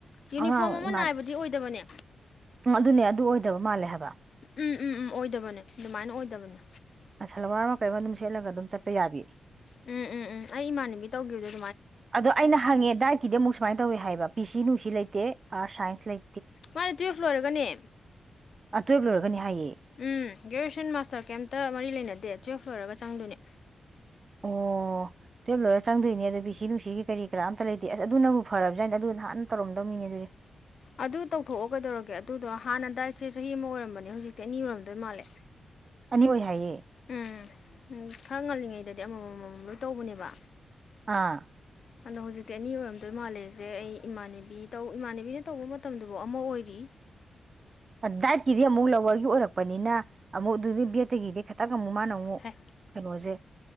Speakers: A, on the left; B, on the right.
A: ꯌꯨꯅꯤꯐꯣꯔꯝ
B: ꯑꯉꯥꯡ
A: ꯑꯃ
B: ꯏꯃꯥꯅ
A: ꯅꯥꯏꯕꯗꯤ ꯑꯣꯏꯗꯕꯅꯦ
B: ꯎꯝ ꯑꯗꯨꯅꯦ ꯑꯗꯨ ꯑꯣꯏꯗꯕ ꯃꯥꯜꯂꯦ ꯍꯥꯏꯕ
A: ꯎꯝ ꯎꯝ ꯎꯝ ꯑꯣꯏꯗꯕꯅꯦ ꯑꯗꯨꯃꯥꯏꯅ ꯑꯣꯏꯗꯕꯅꯦ
B: ꯑꯁꯂꯋꯥꯔ ꯑꯃ ꯀꯩ ꯑꯃ ꯑꯗꯨꯝ ꯁꯦꯠꯂꯒ ꯑꯗꯨꯝ ꯆꯠꯄ ꯌꯥꯕꯤ
A: ꯎꯝ ꯎꯝ ꯎꯝ ꯑꯩ ꯏꯃꯥꯟꯅꯕꯤ ꯇꯧꯈꯤꯕꯗꯨ
B: ꯑꯗꯣ ꯑꯩꯅ ꯍꯪꯉꯦ ꯗꯥꯏꯠꯀꯤꯗꯤ ꯑꯃꯨꯛ ꯁꯨꯃꯥꯏꯅ ꯇꯧꯋꯤ ꯍꯥꯏꯕ ꯄꯤ ꯁꯤ ꯅꯨꯡꯁꯤ ꯂꯩꯇꯦ ꯑꯥꯔ ꯁꯥꯏꯟꯁ ꯂꯩ
A: ꯃꯥꯅꯦ ꯇꯨꯋꯦꯞ ꯂꯣꯏꯔꯒꯅꯦ
B: ꯑ ꯇꯨꯌꯦꯜꯞ ꯂꯣꯏꯔꯒꯅꯤ ꯍꯥꯏꯌꯦ
A: ꯎꯝ ꯒ꯭ꯔꯦꯖꯨꯌꯦꯁꯟ ꯃꯥꯁꯇꯔ ꯀꯩꯝꯇ ꯃꯔꯤ ꯂꯩꯅꯗꯦ ꯇꯨꯋꯦꯞ ꯂꯣꯏꯔꯒ ꯆꯪꯗꯣꯏꯅꯦ
B: ꯑꯣ ꯇꯨꯋꯦꯞ ꯂꯣꯏꯔ ꯆꯪꯗꯣꯏꯅꯦ ꯑꯗꯨ ꯄꯤ ꯁꯤ ꯅꯨꯡꯁꯤꯒꯤ ꯀꯔꯤ ꯀꯔꯥ ꯑꯝꯇ ꯂꯩꯇꯦ ꯑꯁ ꯑꯗꯨꯅꯕꯨ ꯐꯔꯕꯖꯥꯠꯅꯦ ꯑꯗꯨ ꯅꯍꯥꯟꯅ ꯇꯧꯔꯝꯗꯧꯅꯤꯅꯦ ꯑꯗꯨꯗꯤ
A: ꯑꯗꯨ ꯇꯧꯊꯣꯛꯑꯣ ꯀꯩꯗꯧꯔꯒꯦ ꯑꯗꯨꯗꯣ ꯍꯥꯟꯅ ꯗꯥꯏꯠꯁꯦ ꯆꯍꯤ ꯑꯃ ꯑꯣꯏꯔꯝꯕꯅꯦ ꯍꯧꯖꯤꯛꯇꯤ ꯑꯅꯤ ꯑꯣꯏꯔꯝꯗꯣꯏ ꯃꯥꯜꯂꯦ
B: ꯑꯅꯤ ꯑꯣꯏ ꯍꯥꯏꯌꯦ
A: ꯎꯝ ꯎꯝ ꯈꯔ ꯉꯜꯂꯤꯉꯩꯗꯗꯤ ꯑꯃꯃꯝ ꯑꯃꯃꯝ ꯂꯣꯏ ꯇꯧꯕꯅꯦꯕ
B: ꯑꯥ
A: ꯑꯗꯣ ꯍꯧꯖꯤꯛꯇꯤ ꯑꯅꯤ ꯑꯣꯏꯔꯝꯗꯣꯏ ꯃꯥꯜꯂꯦꯖꯦ ꯑꯩ ꯏꯃꯥꯟꯅꯕꯤ ꯇꯧ ꯏꯃꯥꯟꯅꯕꯤꯅ ꯇꯧꯕ ꯃꯇꯝꯗꯨꯕꯥꯎ ꯑꯃ ꯑꯣꯏꯔꯤ
B: ꯑ ꯗꯥꯏꯠꯀꯤꯗꯤ ꯑꯃꯨꯛ ꯂꯧꯋ꯭ꯔꯒꯤ ꯑꯣꯏꯔꯛ ꯄꯅꯤꯅ ꯑꯃꯨꯛ ꯑꯗꯨꯗꯤ ꯕꯤ ꯑꯦꯠꯇꯒꯤꯗꯤ ꯈꯇꯪ ꯅꯪ ꯑꯃꯨꯛ ꯃꯥꯅ ꯑꯃꯨꯛ
A: ꯍꯦ
B: ꯀꯩꯅꯣꯁꯦ